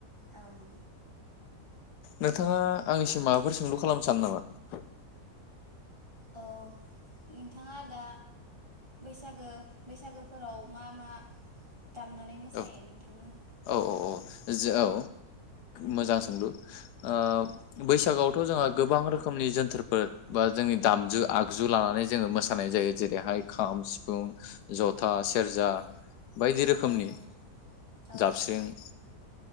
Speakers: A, on the right; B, on the left.
A: औ <inaudible>
B: नोंथाङा आंनिसिम माबाफोर सोंलु खालामनो सानो नामा।
A: औ नोंथाङा दा बैसागो बैसागोफोराव मा मा दामनानै मोसायो
B: औ
A: नोंथां <unintelligible>
B: औ औ औ जो औ मोजां सोंलु ओ
A: औ
B: बैसागुआवथ' जोंहा गोबां रोखोमनि जोनथोरफोर बा जोंनि दामजु आगजु लानानै जोङो मोसानाय जायो जेरैहाय खाम सिफुं जथा सेरजा। बायदि रोखोमनि।
A: औ नंगौ औ
B: जाबस्रिं।